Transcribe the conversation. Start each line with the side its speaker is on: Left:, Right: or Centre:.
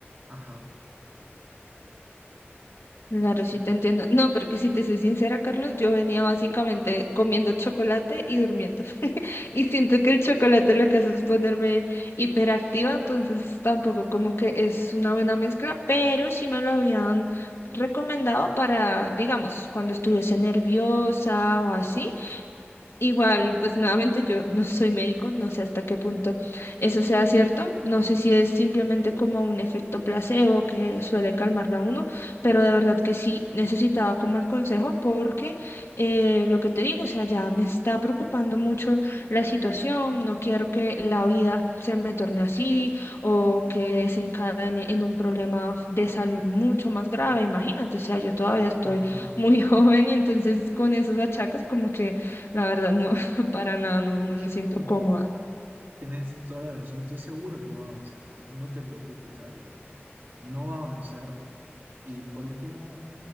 Right: Ajá,
Left: Claro,
Right: sí.
Left: sí te entiendo. No, porque si te soy sincera, Carlos, yo venía básicamente comiendo chocolate y durmiendo. <laughs> Y siento que el chocolate lo que hace es ponerme hiperactiva, entonces tampoco como que es una buena mezcla, pero sí me lo habían recomendado para, digamos, cuando estuviese nerviosa o así. Igual, pues nuevamente yo no soy médico, no sé hasta qué punto eso sea cierto, no sé si es simplemente como un efecto placebo que suele calmarlo a uno, pero de verdad que sí necesitaba como el consejo porque eh, lo que te digo, o sea, ya me está preocupando mucho la situación, no quiero que la vida se me torne así o que desencadene en un problema de salud mucho más grave, imagínate, o sea, yo todavía estoy
Right: Ajá.
Left: muy <laughs> joven y entonces con esos achaques como que la verdad, no, <laughs> para nada, no, no me siento
Right: <laughs>
Left: cómoda.
Right: Tienes toda la razón, estoy seguro que no va a avanzar. No te preocupes, Abby. No va a avanzar. Y por último,